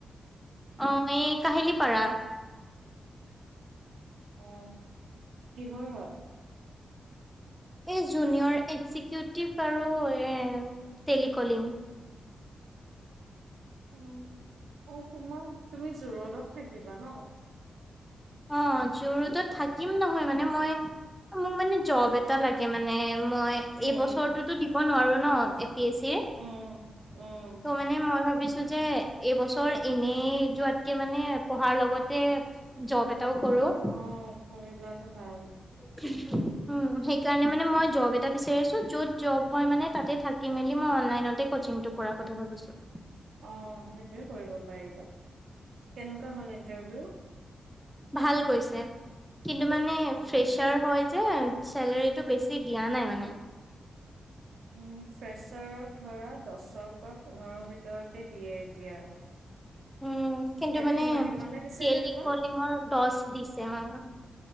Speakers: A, in the centre; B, on the right (about 75°).
A: অ, এই কাহিলী পাৰা।
B: অ, কিহৰ হয়?
A: এই জুনিয়ৰ একিজকিউটিভ আৰু এ, টেলিকলিং।
B: অ', অ, তোমাৰ তুমি জোৰডত থাকিবা ন'?
A: অ, জোৰডত থাকিম নহয় মানে, মই মোক মানে জব এটা লাগে মানে। মই,
B: উম
A: এই বছৰটোতো দিব নোৱাৰোঁ ন এ পি এছ চি।
B: উম, উম।
A: ত' মানে মই ভাবিছোঁ যে এইবছৰ এনে যোৱাতকে মানে পঢ়াৰ লগতে জব এটাও কৰোঁ।
B: অ, কৰি লোৱাটো ভাল।
A: <unintelligible> উম, সেইকাৰণে মানে মই জব এটা বিচাৰি আছোঁ, য'ত জব হয় মান তাতে থাকি মেলি মই অনলাইনতে কচিংটো কৰাম। কথা ভাবিছোঁ।
B: অ', সেইটোৱে কৰিব পাৰিবা, কেনেকুৱা হ'ল ইণ্টাৰভিউ?
A: ভাল গৈছে, কিন্তু মানে
B: অ
A: ফ্ৰেছ ছাৰ হয় যে, চেলেৰিটো বেছি দিয়া নাই মানে।
B: উম, ফ্ৰেছাৰক ধৰা দচৰ পৰা পোন্ধৰৰ ভিতৰতে দিয়ে এতিয়া।
A: উম, কিন্তু
B: ইয়াতে
A: মানে
B: কিমান সিমানে দিছে
A: টেলিকলিঙৰ
B: নে তোমাক
A: দচ দিছে, অ'